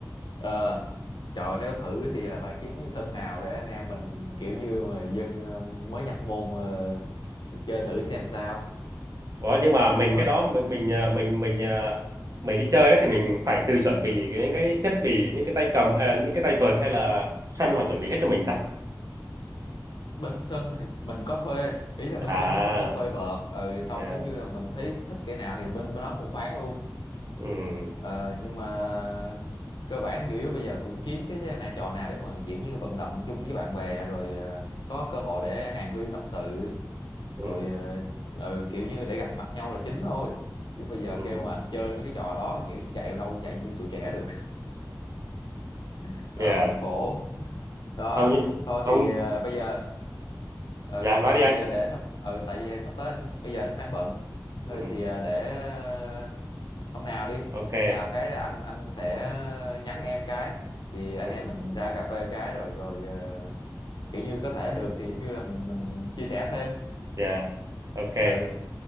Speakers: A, on the left (about 85°); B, on the right (about 45°).
A: à. Trời ơi, nếu thử thì là phải kiếm cái sân nào để anh em mình kiểu như mà dân ờ, mới nhập môn mà chơi thử xem sao
B: Ủa, nhưng mà mình
A: chứ mà
B: cái đó mình mình ờ, mình mình ờ, mình đi chơi ấy, thì mình phải tự chuẩn bị cái- những cái thiết bị những cái tay cầm à, những cái tay vợt hay là sân họ chuẩn bị hết cho mình ta
A: bên sân thì mình có thuê ý là bên
B: à
A: sân nó cũng cho thuê vợt ừ, xong
B: yeah.
A: giống như là mình thấy thích cái nào thì bên bên đó cũng bán luôn
B: ừ
A: ờ, nhưng mà cơ bản chủ yếu bây giờ cũng kiếm cái nà trò nào để mà kiểu như vận động chung với bạn bè rồi ờ, có cơ hội để hàn huyên tâm sự
B: ừ
A: rồi ờ, ừ, kiểu như để gặp mặt nhau là chính thôi chứ bây giờ
B: ừ
A: kêu mà anh chơi mấy cái trò đó kiểu như chạy đâu chạy như tụi trẻ được <laughs>
B: yeah.
A: đó cũng khổ đó
B: không như,
A: thôi
B: không
A: thì ờ, bây giờ ừ
B: dạ nói
A: thôi
B: đi
A: thì
B: anh
A: bây giờ để thăm ừ tại vì sắp tới anh bây giờ anh cũng đang bận thôi
B: ừ,
A: thì ờ, để ờ, hôm nào đi
B: ok
A: hôm nào cái là anh anh sẽ nhắn em cái thì anh
B: ừ,
A: em mình ra cà phê cái rồi rồi ờ, kiểu như có thể được thì giống như là mình mình chia sẻ thêm
B: dạ ok
A: ừ